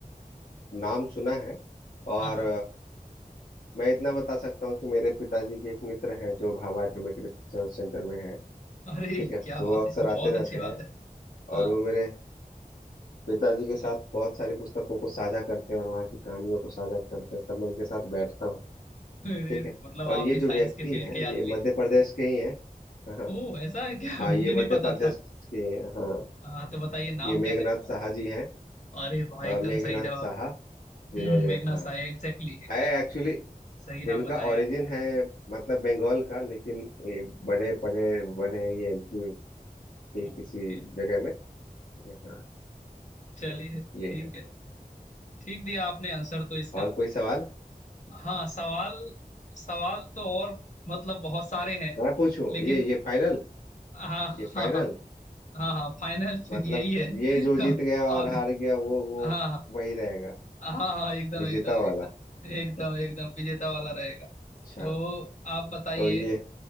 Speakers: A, on the left (about 70°); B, on the left (about 55°).
A: नाम सुना है और
B: हाँ हाँ
A: मैं इतना बता सकता हूँ कि मेरे पिताजी के एक मित्र हैं जो भाभा एटॉमिक रिसर्च सेंटर में हैं
B: अरे
A: ठीक है
B: क्या
A: तो
B: बात
A: वो अक्सर
B: है तो बहुत
A: आते रहते
B: अच्छी बात
A: हैं
B: है हाँ
A: और वो मेरे पिताजी के साथ बहुत सारी पुस्तकों को साझा करते हैं और वहाँ की कहानियों को साझा करते हैं तब मैं उनके साथ बैठता हूँ
B: अरे
A: ठीक है
B: मतलब आप
A: और ये
B: भी साइंस
A: जो व्यक्ति
B: के फील्ड
A: हैं
B: के आदमी
A: ये मध्य
B: हैं
A: प्रदेश के ही हैं हाँ हाँ
B: ओह ऐसा है क्या
A: हाँ,
B: मुझे
A: ये मध्य
B: नहीं पता
A: प्रदेश
B: था
A: के ही हैं, हाँ
B: हाँ तो बताइए नाम
A: ये मेघनाथ
B: क्या है उनका
A: साहा जी हैं
B: अरे वाह एकदम
A: अ, मेघनाथ
B: सही जवाब
A: साहा जिन्होंने
B: हम्म मेघना
A: हाँ
B: साय एग्जैक्टली एग्जैक्टली
A: है एक्चुअली तो
B: सही नाम
A: इनका
B: बताएं
A: ओरिजिन
B: आप
A: है मतलब बंगाल का लेकिन ये बड़े पड़े बड़े हैं ये एमपी के
B: ओ,
A: किसी
B: ओके
A: जगह में ये हाँ
B: चलिए ठीक
A: ये है
B: है ठीक दिया आपने आंसर तो इसका
A: और कोई सवाल
B: हाँ सवाल सवाल तो और मतलब बहुत सारे हैं
A: मैं पूछूं
B: लेकिन
A: ये ये फाइनल
B: हाँ <laughs>
A: ये
B: हाँ
A: फाइनल
B: हाँ हाँ फाइनल
A: मतलब
B: यही है
A: ये जो जीत
B: <laughs>
A: गया और
B: अब
A: हार गया वो वो
B: हाँ हाँ
A: वही रहेगा
B: हाँ हाँ एकदम
A: विजेता
B: एकदम
A: वाला
B: एकदम एकदम एकदम विजेता वाला रहेगा
A: अच्छा
B: तो आप बताइए
A: तो ये